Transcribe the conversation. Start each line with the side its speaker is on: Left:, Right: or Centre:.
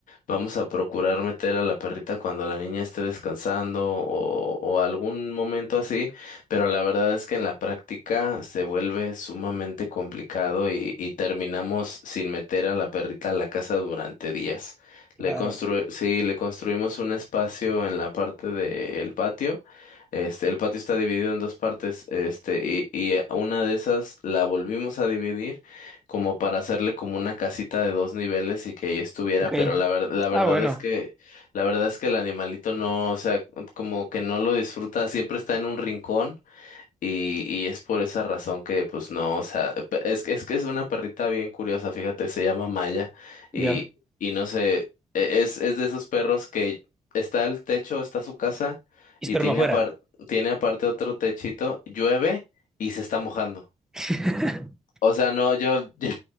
Left: vamos a procurar meter a la perrita cuando la niña esté descansando o, o algún momento así, pero la verdad es que en la práctica se vuelve sumamente complicado y, y terminamos sin meter a la perrita a la casa durante días.
Centre: Claro.
Left: Le constru sí, le construimos un espacio en la parte del patio este, el patio está dividido en dos partes, este, y, y eh, una de esas la volvimos a dividir como para hacerle como una casita de dos niveles y que ahí estuviera,
Centre: Ok.
Left: pero la ver- la verdad
Centre: Ah, bueno.
Left: es que, la verdad es que el animalito no, o sea, como que no lo disfruta, siempre está en un rincón y, y es por esa razón que, pues no, o sea, pe- es que es que es una perrita bien curiosa, fíjate, se llama Maya y,
Centre: Ya.
Left: y no sé, e- es, es de esos perros que está el techo, está su casa
Centre: Y
Left: y
Centre: espero
Left: tiene
Centre: para afuera.
Left: apar- tiene aparte otro techito, llueve y se está mojando.
Centre: <laughs>
Left: O sea, no, yo, <laughs> yo,